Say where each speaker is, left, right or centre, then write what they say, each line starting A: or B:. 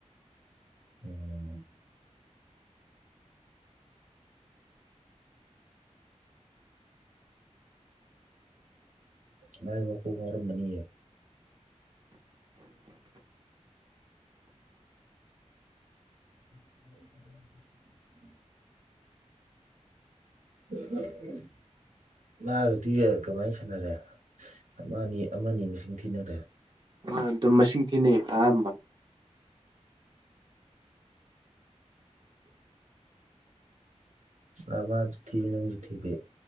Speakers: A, on the right (about 80°); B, on the right (about 40°).
A: ꯃ ꯃꯕꯈꯨ ꯃꯔꯔꯝꯕꯅꯤꯌꯦ <inaudible> ꯎ ꯃꯥꯒꯗꯤ ꯀꯃꯥꯏꯅ ꯁꯥꯟꯅꯔꯦ ꯑꯃꯅꯤ ꯑꯃꯅꯤ ꯃꯁꯤꯡ ꯊꯤꯅꯔꯦ
B: ꯑ ꯑꯗꯨꯝ ꯃꯁꯤꯡ ꯊꯤꯅꯩ ꯑꯝꯕ
A: ꯑꯃꯁꯨꯇꯤꯕꯤ ꯅꯪꯁꯨꯇꯕꯦ